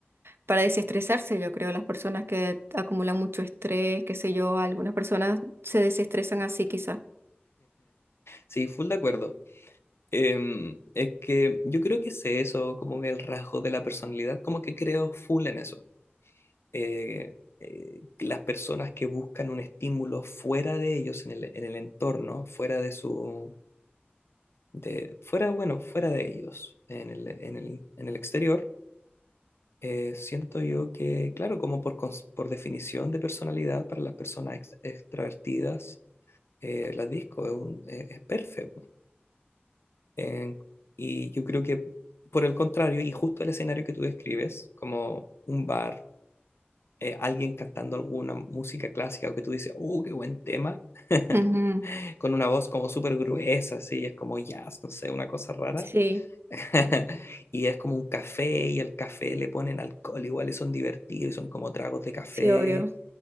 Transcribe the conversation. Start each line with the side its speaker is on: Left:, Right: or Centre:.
Right: Para desestresarse, yo creo, las personas que acumulan mucho estrés, qué sé yo, algunas personas se desestresan así quizás.
Left: Sí, full de acuerdo. Em, es que yo creo que sé eso, como que el rasgo de la personalidad, como que creo full en eso. Eh, eh, las personas que buscan un estímulo fuera de ellos, en el, en el entorno, fuera de su, de, fuera, bueno, fuera de ellos, en el, en el, en el exterior, eh, siento yo que, claro, como por, cons- por definición de personalidad para las personas ex- extrovertidas, eh, la disco, es, un, eh, es perfecto. Eh, y yo creo que por el contrario, y justo el escenario que tú describes, como un bar, eh, alguien cantando alguna música clásica o que tú dices, oh, qué buen tema, <laughs>
Right: Ujú,
Left: con una voz como súper gruesa, así, es como jazz, no sé, una cosa rara.
Right: Sí,
Left: <laughs> Y es como un café y al café le ponen alcohol, igual y son divertidos, y son como tragos de café.
Right: sí, obvio.